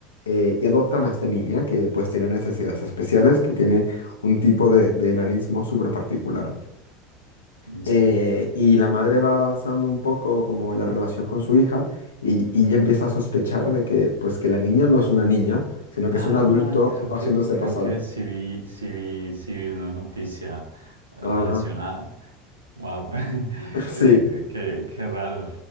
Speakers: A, on the left; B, on the right.
A: eh, y adoptan a esta niña que pues tiene necesidades especiales, que tiene un tipo de, de enanismo súper particular
B: mm.
A: eh, y la madre va avanzando un poco como la relación con su hija y, y ella empieza a sospechar de que pues que la niña no es una niña, sino que
B: Ah,
A: es un adulto
B: creo
A: haciéndose
B: que, creo
A: pasar.
B: que sí vi, sí vi, sí vi una noticia relacionada.
A: Ajá,
B: Wow. <laughs>
A: <laughs> sí.
B: qué, qué raro.